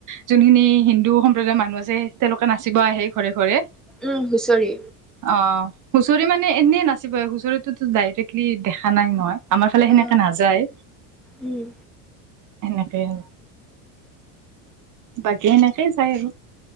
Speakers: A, on the right; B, in the centre.
A: যোনখিনি হিন্দু সম্প্ৰদায়ৰ মানুহ আছে তেওঁলোকে নাচিব আহে ঘৰে - ঘৰে।
B: উম হুঁচৰি।
A: অ হুঁচৰি মানে এনেই নাচিবই, হুঁচৰিটোতো ডাইৰেক্টলি দেখা নাই মই। আমাৰ ফালে
B: আহ
A: সেনেকে নাযায়
B: উম
A: সেনেকে আৰু। বাকী এনে সেই চাই আৰু।